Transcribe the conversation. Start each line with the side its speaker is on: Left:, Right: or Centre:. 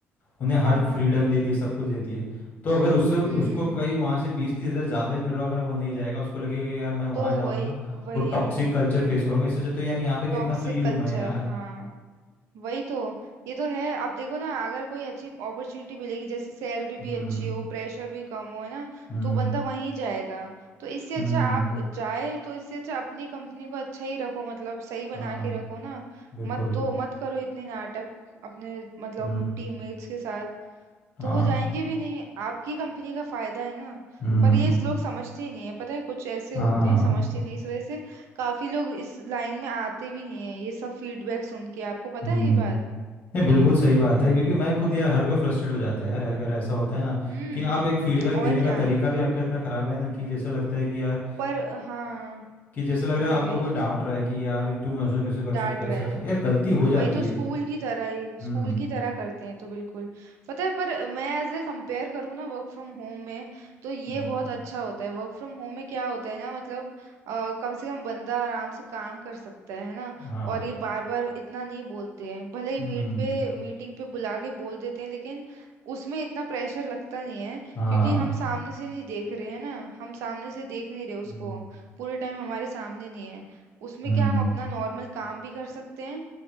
Left: उन्हें हर
Right: हाँ हाँ
Left: फ्रीडम देती है सब कुछ देती है तो अगर उससे
Right: हम्म
Left: उसको कहीं वहाँ से बीस तीस हज़ार ज़्यादा ही मिल रहा होगा ना वो नहीं जाएगा उसको लगेगा यार मैं वहाँ
Right: तो
Left: जाऊँगा
Right: वही वही
Left: वो टॉक्सिक कल्चर फेस करूँगा इससे अच्छा तो यार यहाँ पे कितना
Right: टॉक्सिक
Left: फ्री हूँ
Right: कल्चर
Left: मैं यार
Right: हाँ वही तो ये तो है अब देखो ना अगर कोई अच्छी अपॉर्चुनिटी मिलेगी जैसे सैलरी
Left: हम्म
Right: भी अच्छी हो प्रेशर भी कम हो है ना
Left: हम्म
Right: तो बंदा वहीं जाएगा तो इससे अच्छा
Left: हम्म
Right: आप जाए तो इससे अच्छा अपनी कंपनी को अच्छा ही रखो मतलब सही बना
Left: हाँ
Right: के रखो ना
Left: बिल्कुल
Right: मत दो मत करो इतने नाटक अपने मतलब
Left: हम्म
Right: टीममेट्स के साथ
Left: हाँ
Right: तो वो जाएंगे भी नहीं आपकी कंपनी का फायदा है ना
Left: हम्म
Right: पर ये इस लोग समझते ही नहीं है पता है कुछ ऐसे होते
Left: हाँ
Right: हैं समझते नहीं इस वजह से काफी लोग इस लाइन में आते भी नहीं है ये सब फीडबैक सुन के आपको पता
Left: हम्म
Right: है ये बात
Left: नहीं बिल्कुल सही बात है क्योंकि मैं खुद यार हर कोई फ्रस्ट्रेट हो जाता है यार अगर ऐसा होता है ना
Right: हम्म
Left: कि आप एक फीडबैक
Right: और
Left: देने का
Right: क्या
Left: तरीका भी आपका इतना खराब है ना कि जैसे लगता है कि यार
Right: पर हाँ
Left: कि जैसे लग
Right: वही
Left: रहा है आपको
Right: वही
Left: कोई डांट रहा है कि यार तुम ऐसा कैसे कर
Right: डांट
Left: सकते हो
Right: रहे
Left: ऐसा ऐसा यार गलती हो जाती
Right: वही तो स्कूल
Left: है
Right: की तरह ही स्कूल
Left: हम्म
Right: की तरह करते हैं तो बिल्कुल पता है पर मैं एज ए कंपेयर करूँ ना वर्क फ्रॉम होम में तो ये
Left: हम्म
Right: बहुत अच्छा होता है वर्क फ्रॉम होम में क्या होता है ना मतलब अ, कम से कम बंदा आराम से काम कर सकता है है ना
Left: हाँ
Right: और ये बार बार इतना नहीं बोलते हैं भले ही
Left: हम्म
Right: मीट पे मीटिंग पे बुला के बोल देते हैं लेकिन उसमें इतना प्रेशर लगता नहीं है
Left: हाँ
Right: क्योंकि हम सामने से नहीं देख रहे हैं ना हम सामने से देख नहीं रहे उसको
Left: हम्म
Right: पूरे टाइम हमारे सामने नहीं है उसमें
Left: हम्म
Right: क्या हम अपना नॉर्मल काम भी कर सकते हैं